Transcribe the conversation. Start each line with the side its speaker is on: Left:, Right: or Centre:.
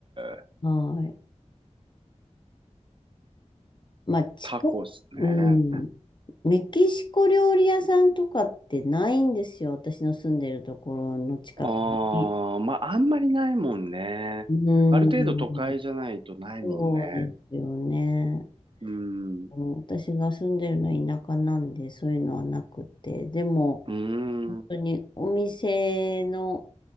Right: え、
Left: はい。まあ、近く、
Right: タコっすね。
Left: うん、メキシコ料理屋さんとかってないんですよ。私の住んでるところの近くに。
Right: ああ、まあ、あんまりないもんね。
Left: うん、
Right: ある程度都会じゃないとないもんね。
Left: そうですよね。
Right: うん。
Left: あの私が住んでるのは田舎なんで、
Right: う
Left: そういうのはなくて。でも、
Right: ん。
Left: 本当にお店の